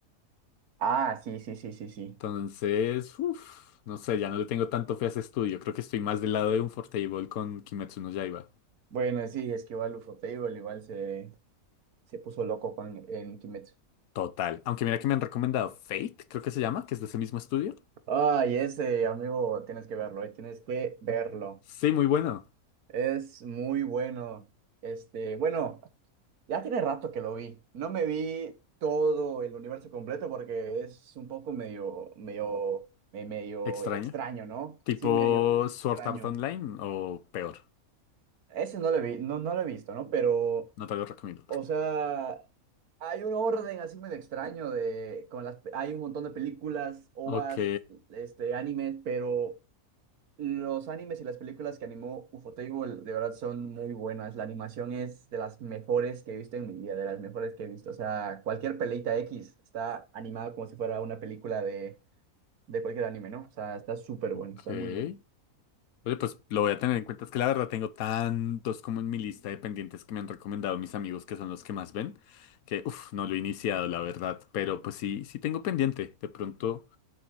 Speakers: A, on the right; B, on the left.
A: Ah, sí, sí, sí, sí, sí.
B: Entonces, uff, no sé, ya no le tengo tanto fe a ese estudio. Creo que estoy más del lado de un Unfortable con Kimetsu no Yaiba.
A: Bueno, sí, es que igual Ufotable igual se, se puso loco con, en Kimetsu.
B: Total. Aunque mira que me han recomendado Fate, creo que se llama, que es de ese mismo estudio.
A: Ay, ese, amigo, tienes que verlo, eh, tienes que verlo.
B: Sí, muy bueno.
A: Es muy bueno. Este, bueno. Ya tiene rato que lo vi. No me vi todo el universo completo porque es un poco medio, medio, me- medio
B: Extraño.
A: extraño, ¿no?
B: Tipo
A: Sí, medio
B: Sword
A: extraño.
B: Art Online o peor.
A: Ese no lo vi, no, no lo he visto, ¿no? Pero,
B: No te lo recomiendo.
A: o sea, hay un orden así medio extraño de, con las, hay un montón de películas, ovas,
B: Ok,
A: este, animes, pero los animes y las películas que animó Ufotable de verdad son muy buenas. La animación es de las mejores que he visto en mi vida, de las mejores que he visto. O sea, cualquier peleita X está animada como si fuera una película de, de cualquier anime, ¿no? O sea, está súper
B: ok.
A: bueno, está muy bueno.
B: Oye, pues lo voy a tener en cuenta. Es que la verdad tengo tantos como en mi lista de pendientes que me han recomendado mis amigos, que son los que más ven, que uff, no lo he iniciado, la verdad. Pero pues sí, sí tengo pendiente. De pronto,